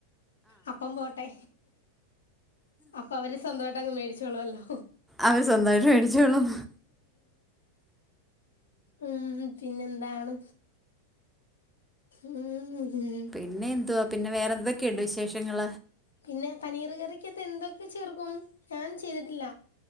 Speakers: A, on the left; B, in the centre.
A: അപ്പം പോട്ടെ അപ്പൊ അവര് സ്വന്തവായിട്ട് അങ്ങ് മേടിച്ചോളല്ലോ
B: അവർ സ്വന്തമായിട്ട് മേടിച്ചോളും
A: ഉം പിന്നെ എന്താണ് ഊം ഹം
B: പിന്നെ എന്തുവാ പിന്നെ വേറെ എന്തൊക്കെയുണ്ട് വിശേഷങ്ങൾ
A: പിന്നെ പനീർ കറിക്ക്യത്ത് എന്തൊക്കെ ചേർക്കും ഞാൻ ചെയ്തിട്ടില്ല